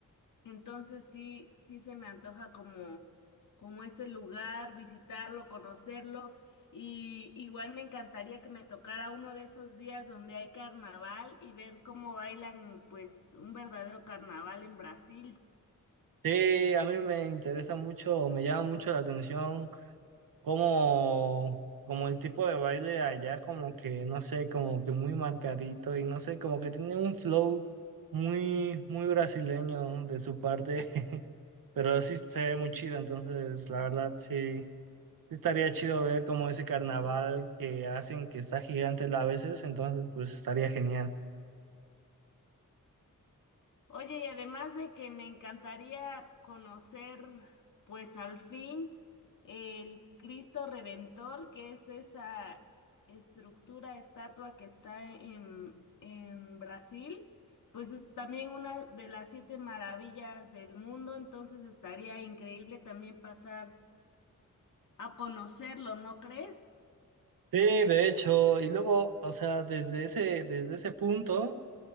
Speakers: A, on the left (about 65°); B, on the right (about 80°).
A: entonces sí, sí se me antoja como, como ese lugar, visitarlo, conocerlo. Y igual me encantaría que me tocara uno de esos días donde hay carnaval y ver cómo bailan pues un verdadero carnaval en Brasil.
B: Sí, a mí me interesa mucho, o me llama mucho la atención como, como el tipo de baile allá, como que, no sé, como que muy marcadito y no sé, como que tiene un flow muy, muy brasileño de su parte, <laughs> pero sí se ve muy chido, entonces la verdad sí. Sí Estaría chido ver como ese carnaval que hacen que está gigante a veces, entonces pues estaría genial.
A: Oye, y además de que me encantaría conocer, pues al fin, el Cristo Redentor, que es esa estructura, estatua que está en, en Brasil, pues es también una de las siete maravillas del mundo, entonces estaría increíble también pasar a conocerlo, ¿no crees?
B: Sí, de hecho, y luego, o sea, desde ese, desde ese punto,